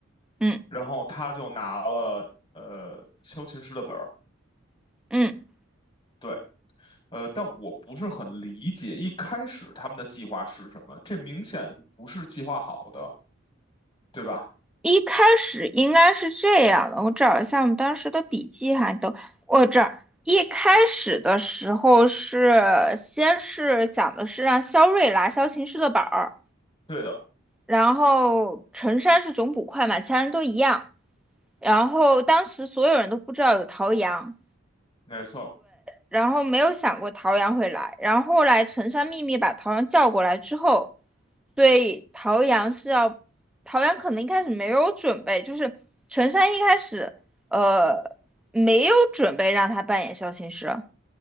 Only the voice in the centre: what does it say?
嗯
嗯，
一开始应该是这样的，我找一下我们当时的笔记哈，都我这儿一开始的时候是先是讲的是让肖瑞拿萧琴师的板儿，
然后陈山是总捕快嘛，其他人都一样，然后当时所有人都不知道有陶阳。
然后没有想过陶阳会来，然后后来陈山秘密把陶阳叫过来之后，对陶阳是要，陶阳可能一开始没有准备，就是陈山一开始呃没有准备让他扮演肖琴师，